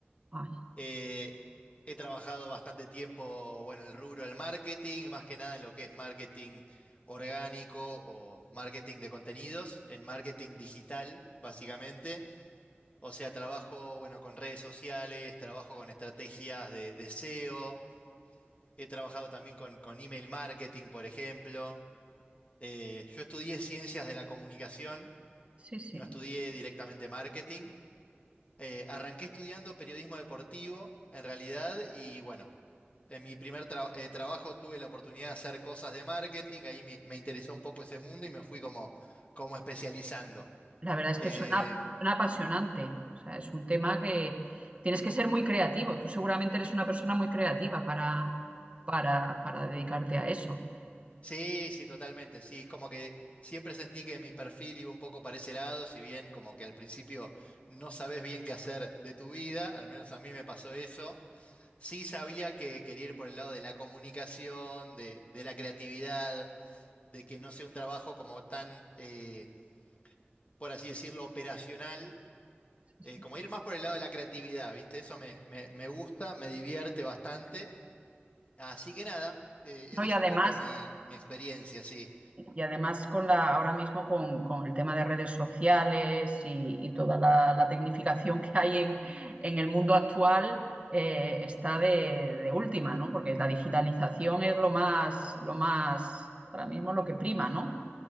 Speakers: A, on the right; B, on the left.
A: Ay,
B: eh, he trabajado bastante tiempo, bueno, en el rubro del marketing, más que nada en lo que es marketing orgánico o marketing de contenidos, en marketing digital, básicamente. O sea, trabajo, bueno, con redes sociales, trabajo con estrategias de de SEO. He trabajado también con, con email marketing, por ejemplo. Eh, yo estudié ciencias de la comunicación,
A: sí, sí.
B: no estudié directamente marketing. Eh, arranqué estudiando periodismo deportivo, en realidad, y bueno, en mi primer tra- eh, trabajo tuve la oportunidad de hacer cosas de marketing, ahí me, me interesó un poco ese mundo y me fui como, como especializando.
A: La verdad es
B: Eh,
A: que suena, suena apasionante. O sea, es un tema que tienes que ser muy creativo. Tú seguramente eres una persona muy creativa para, para, para dedicarte a eso.
B: Sí, sí, totalmente. Sí, es como que siempre sentí que mi perfil iba un poco para ese lado, si bien como que al principio no sabes bien qué hacer de tu vida, al menos a mí me pasó eso. Sí sabía que quería ir por el lado de la comunicación, de, de la creatividad, de que no sea un trabajo como tan, eh, por así decirlo, operacional,
A: Sí,
B: eh,
A: sí.
B: como ir más por el lado de la creatividad, ¿viste? Eso me, me- me gusta, me divierte bastante. Así que nada, eh, esa
A: No, y
B: es
A: además,
B: un poco mi, mi experiencia, sí.
A: y además con la, ahora mismo con, con el tema de redes sociales y, y toda la, la tecnificación que hay en, en el mundo actual, eh, está de, de última, ¿no? Porque la digitalización es lo más, lo más, ahora mismo lo que prima, ¿no?